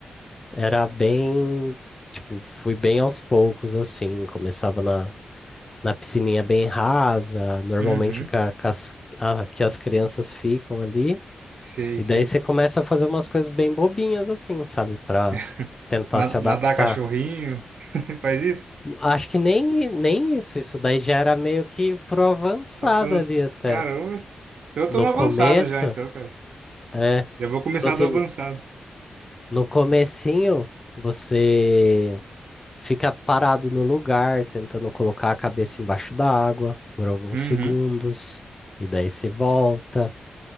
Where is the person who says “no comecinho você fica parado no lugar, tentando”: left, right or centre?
Left